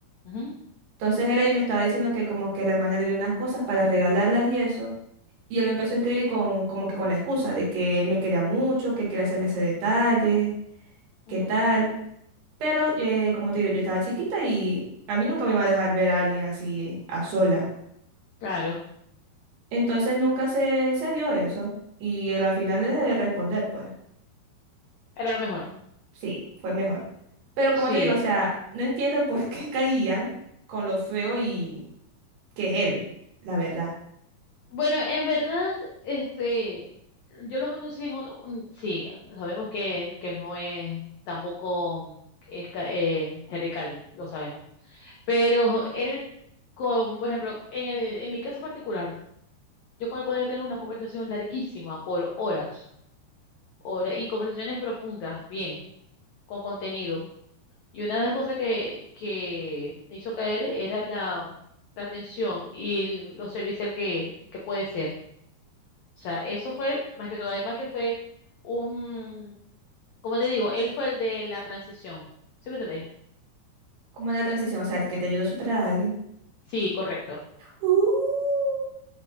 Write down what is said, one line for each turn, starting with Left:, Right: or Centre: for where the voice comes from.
Left: Ujú,
Right: Entonces él ahí me estaba diciendo que como que la hermana le dio unas cosas para regalarlas y eso. Y él me empezó a escribir con, como que con la excusa de que él me quería mucho, que quería hacerme ese detalle,
Left: ujú,
Right: qué tal. Pero, eh, como te digo, yo estaba chiquita y a mí nunca me iba a dejar ver a alguien así a sola.
Left: Claro,
Right: Entonces nunca se, se dio eso. Y él al final dejé de responder, pues.
Left: era lo mejor.
Right: Sí, fue mejor. Pero como
Left: Sí.
Right: te digo, o sea, no entiendo por qué <laughs> caían con lo feo y que es él, la verdad.
Left: Bueno, en verdad, este, yo lo conocí en otro, un- sí, sabemos que, que no es tampoco mm, es, ca- eh, Henry Calvin, lo sabemos. Pero él, con, por ejemplo, en el, en mi caso particular, Yo como poder tener una conversación larguísima por horas, horas y conversaciones profundas, bien, con contenido. Y una de las cosas que, que me hizo caer era la, la atención y el- lo servicial que, que puede ser. O sea, eso fue más que todo, además que fue un, como te digo, él fue el de la transición. ¿Sí me entendéis?
Right: Como la transición, o sea, el que te ayuda a superar a alguien.
Left: Sí, correcto.
Right: Uh.